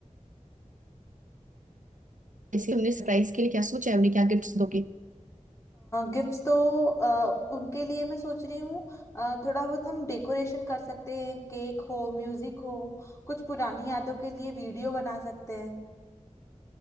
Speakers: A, on the right; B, on the left.
A: जैसे तुमने सरप्राइज के लिए क्या सोचा है उन्हें क्या गिफ्ट्स दोगी
B: गिफ्ट्स तो अ, उनके लिए मैं सोच रही हूँ अ, थोड़ा बहुत हम डेकोरेशन कर सकते हैं केक हो म्यूजिक हो कुछ पुरानी यादों के लिए वीडियो बना सकते हैं